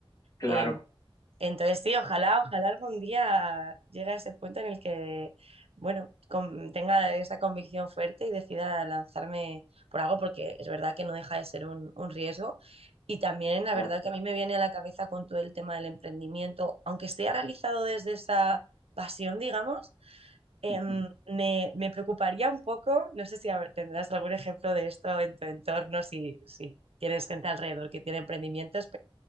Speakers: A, on the left (about 40°); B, on the right (about 85°).
A: claro,
B: Em, entonces, sí, ojalá, ojalá algún día llegue a ese punto en el que, bueno, con- tenga esa convicción fuerte y decida lanzarme por algo, porque es verdad que no deja de ser un, un riesgo. Y también, la
A: claro.
B: verdad que a mí me viene a la cabeza con todo el tema del emprendimiento, aunque esté realizado desde esa pasión, digamos, em,
A: Ujú,
B: me, me preocuparía un poco, no sé si hab- tendrás algún ejemplo de esto en tu entorno, si, si tienes gente alrededor que tiene emprendimientos,